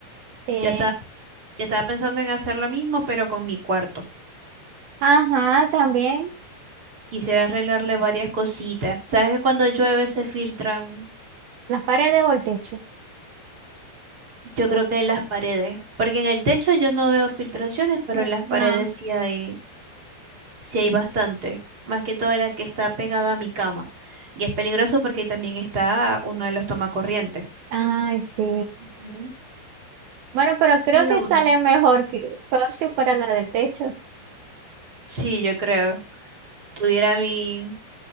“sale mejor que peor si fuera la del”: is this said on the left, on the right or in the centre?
Right